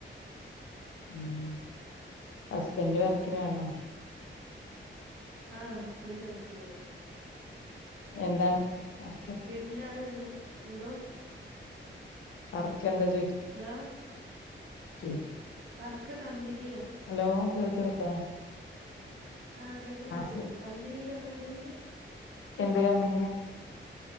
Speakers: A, on the left (about 80°); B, on the right (about 70°).
A: ഉം ഹസ്ബൻഡ് വർക്കിലാണോ
B: ആഹ് ഹസ്ബൻഡ് വർക്കിന് പോയതാ
A: എന്താണ് വർക്ക്
B: വീട്ടിലാരാ നിങ്ങടെ എന്തോ?
A: വർക്കെന്താ ചോദിക്കാ
B: ഹലോ
A: <unintelligible>
B: വർക്ക് കമ്പിനീലാ
A: ഹലോ കേൾക്കുന്നില്ലേ?
B: ആഹ് കേക്കുന്നുണ്ട് കേൾക്ക്
A: ശരി
B: കമ്പനീലാ കമ്പനീല്
A: എന്ത് കമ്പനിയാ